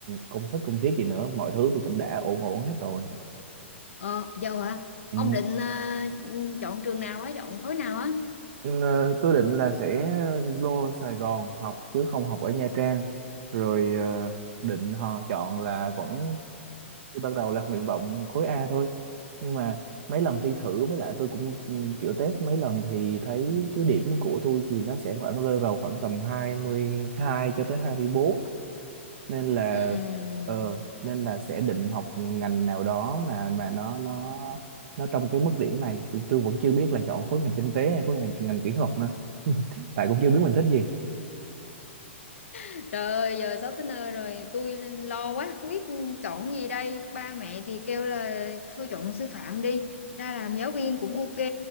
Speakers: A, on the right; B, on the left.
A: công thức công thiết gì nữa mọi thứ thì cũng đã ổn ổn hết rồi
B: Ờ, dâu hả?
A: ừ.
B: Ông định ờ, chọn trường nào á, chọn khối nào á?
A: Ừ, tôi định là sẽ vô Sài Gòn học chứ không học ở Nha Trang rồi ờ, định họ chọn là vẫn tôi ban đầu là nguyện vọng khối A thôi nhưng mà mấy lần thi thử với lại tôi cũng ừ, kiểu test mấy lần thì thấy cái điểm của tôi thì nó sẽ khoảng rơi vào khoảng tầm 22 cho tới hai mươi bốn nên là
B: Ừm.
A: ờ nên là sẽ định học ngành nào đó là mà nó nó nó trong cái mức điểm này tôi, tôi vẫn chưa biết là chọn khối ngành kinh tế hay khối ngành, ngành kỹ thuật nữa <laughs> tại cũng chưa biết mình thích gì
B: Trời ơi, giờ sắp tới nơi rồi, tôi lo quá, không biết chọn gì đây. Ba mẹ thì kêu là thôi chọn sư phạm đi, ra làm giáo viên cũng ok.